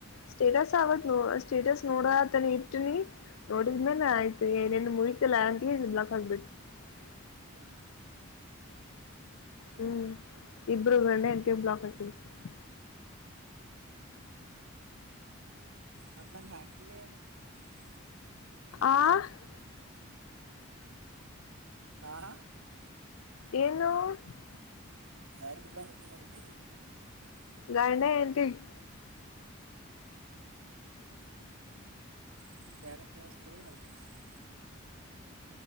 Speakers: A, on the left; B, on the right.
A: ಸ್ಟೇಟಸ್ ಆವತ್ ನೋ ಸ್ಟೇಟಸ್ ನೋಡತಾನ, ಇಟ್ಟನಿ. <unintelligible> ನೋಡಿದ್ಮೇಲೆ, ಆಯ್ತು! ಏನೇನ್, ಮುಗಿತಿಲ್ಲ ಹಾಂಗೆ, ಬ್ಲಾಕ್ ಆಗ್ಬಿಟ್ಟು. <unintelligible>
B: ಹ್ಮ್
A: ಹ್ಮ್, ಇಬ್ಬರೂ! ಗಂಡ, ಹೆಂಡ್ತಿ, ಬ್ಲಾಕ್ ಆಗಿದ್ದರು. <unintelligible>
B: ಮತ್ ನಂಗ್, ಅಕೀಲೆ. <unintelligible>
A: ಆ. <unintelligible>
B: ಹಾ. <unintelligible>
A: ಏನು? <unintelligible>
B: ಯಾರು,, ಇಬ್ರಾ ಹಾಕುತ್ತೀರಿ, ರವಿ? <unintelligible>
A: ಗಂಡ, ಹೆಂಡತಿ. <unintelligible>
B: ನನಗೆ ಬೇರೆ ಕೇಳಿಸ್ತು ಅದಕ್ಕೆ? <unintelligible>